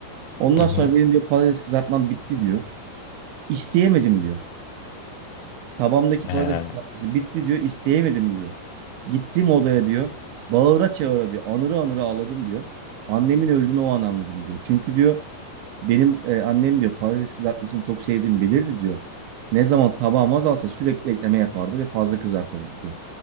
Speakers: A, on the right (about 75°); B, on the left (about 85°).
A: Ondan
B: hı. hı.
A: sonra benim diyor patates kızartmam bitti diyor. İsteyemedim diyor. Tabamdaki
B: Ee,
A: patates kızartması bitti diyor. İsteyemedim diyor. Gittim odaya diyor. Bağıra çağıra diyor. Anıra anıra ağladım diyor. Annemin öldüğünü o an anladım diyor. Çünkü diyor benim e, annem diyor patates kızartmasını çok sevdiğimi bilirdi diyor. Ne zaman tabağım azalsa sürekli ekleme yapardı ve fazla kızartırdı diyor.